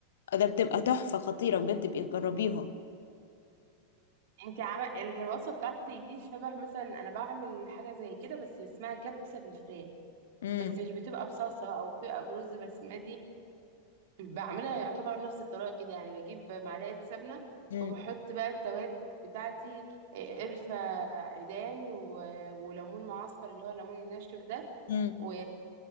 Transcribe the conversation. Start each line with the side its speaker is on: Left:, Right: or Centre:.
Left: ده بتبقى تحفة خطيرة بجد بيبقى جربيها
Right: انت عمل الوصفه بتاعتي دي شبه مثلا انا بعمل حاجه زي كده بس اسمها كبسه بالفراخ
Left: امم
Right: بس مش بتبقى بصلصه بقى وبتبقى برز بسمتي بعملها يعتبر نفس الطريقة كده يعني بجيب معلقة سمنة
Left: امم
Right: وبحط بقى التوابل بتاعتي آه، قرفة عيدان و- وليمون معصفر اللي هو الليمون الناشف ده
Left: امم
Right: و...